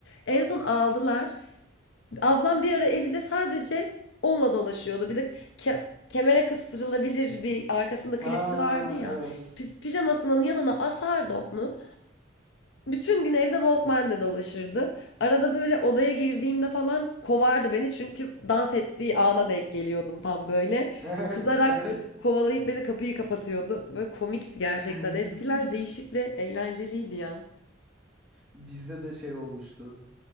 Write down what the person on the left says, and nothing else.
En son aldılar. Ablam bir ara evinde sadece onunla dolaşıyordu. Bir de ke- kemere kıstırılabilir bir arkasında
klipsi vardı ya.
Pi- pijamasının yanına asardı onu. Bütün gün evde Walkman'le dolaşırdı. Arada böyle odaya girdiğimde falan kovardı beni çünkü dans ettiği ana denk geliyordum tam böyle.
Kızarak
kovalayıp beni kapıyı kapatıyordu. Böyle komikti gerçekten.
Eskiler değişik ve eğlenceliydi ya.